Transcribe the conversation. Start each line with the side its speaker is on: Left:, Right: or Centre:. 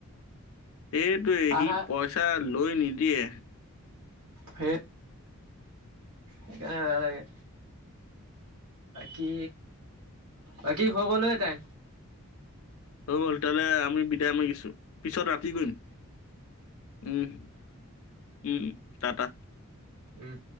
Left: এইটোৱে
Right: আধা
Left: সি পইচা লৈ নিদিয়ে।
Right: সেই সেইকাৰনে নালাগে। কি বাকী হৈ গল অ'ই, টাইম।
Left: হৈ গ'ল, তেতিয়া হ'লে আমি বিদায় মাৰিছো। পিছত ৰাতি কৰিম উম, উম, টাটা।
Right: উম,